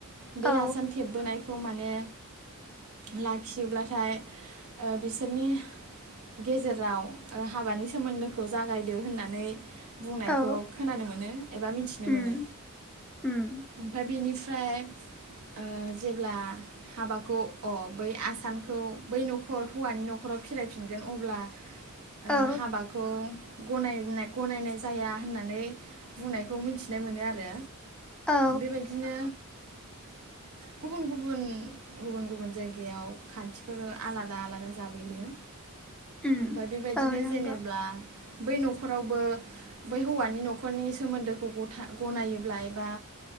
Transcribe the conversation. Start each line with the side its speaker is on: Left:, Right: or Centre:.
Right: बे
Centre: औ
Right: आसान थेबबोनाय खौ माने लाखियोब्लाथाय ओ बिसोरनि गेजेराव ओ हाबानि सोमोन्दोखौ जागायदो होननानै बुंनायखौ
Centre: औ
Right: खोनानो मोनो एबा मिथिनो
Centre: उम
Right: मोनो
Centre: उम
Right: ओमफाय बेनि ओमफ्राय ओ जेब्ला हाबाखौ अ बै आसानखौ बै न'खर हौवानि न'खराव फिरायफिनगोन अब्ला ओ
Centre: औ
Right: हाबाखौ गनायनाय गनायनाय जाया होननानै बुंनायखौ मिथिनो मोनो आरो
Centre: औ
Right: बेबायदिनो गुबुन गुबुन गुबुन गुबुन जायगायाव खानथि बेफोरो आलादा आलादा जाबोयो
Centre: उम
Right: ओमफाय बेबायदिनो
Centre: औ नंगौ
Right: जेनेब्ला बै न'खरावबो बै हौवानि न'खरनि सोमोनदोखौ ग'था गनायोब्ला एबा